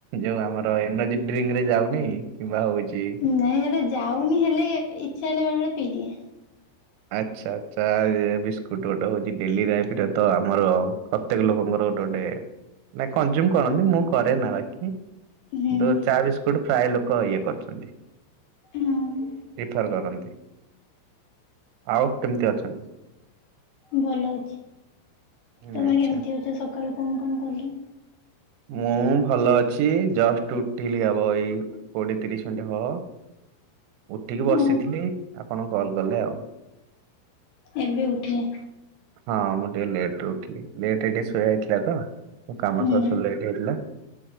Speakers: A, on the right; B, on the left.
A: ଯୋଉ ଆମର ଏନର୍ଜି ଡ୍ରିଙ୍କ ରେ ଯାଉନି। କିମ୍ବା ହଉଚି
B: ନାଇଁ ସେଟା ଯାଉନି ହେଲେ ଇଚ୍ଛା ହେଲା ବେଳେ ବେଳେ ପିଇଦିଏ।
A: ଆଚ୍ଛା ଆଚ୍ଛା ଏ ବିସ୍କୁଟ ଗୋଟେ ହଉଛି ଡେଲି ଲାଇଫରେ ତ ଆମର ପ୍ରତ୍ୟେକ ଲୋକଙ୍କର ଗୋଟେ ଗୋଟେ ନା କଂଜୁମ କରନ୍ତି ମୁଁ କରେ ନା ବାକି।
B: ହୁଁ
A: ଯୋ ଚା ବିସ୍କୁଟ ପ୍ରାୟ ଲୋକ ଇଏ କରୁଛନ୍ତି।
B: ହଁ
A: ପ୍ରିଫର୍ କରନ୍ତି। ଆଉ କେମିତି ଅଛନ୍ତି?
B: ଭଲ ଅଛି
A: ହୁଁ
B: ତୁମେ
A: ଆଚ୍ଛା
B: କେମିତି ଅଛ ସକାଳୁ କଣ କଣ କଲ?
A: ମୁଁ ଭଲ ଅଛି ଜଷ୍ଟ ଉଠିଲି ହବ ଏଇ କୋଡିଏ ତିରିଶ ମିନିଟ୍ ହବ। ଉଠିକି ବସିଥିଲି
B: ଓ
A: ଆପଣ କଲ କଲେ ଆଉ।
B: ଏବେ ଉଠିଲେ।
A: ହଁ ମୁଁ ଟିକେ ଲେଟରେ ଉଠିଲି ଲେଟରେ ଟିକେ ଶୋଇବା ହୋଇଥିଲା ତ। କାମ
B: ହୁଁ।
A: ସରୁ ସରୁ ଲେଟ ହେଇଥିଲା।